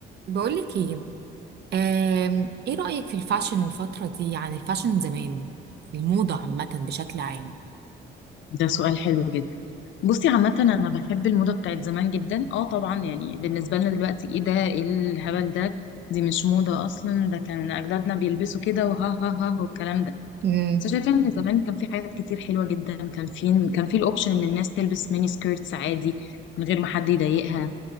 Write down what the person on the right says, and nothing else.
بقولك ايه آم، ايه رأيك في الفاشن الفترة دي يعني الفاشن زمان الموضة عامة بشكل عام
امم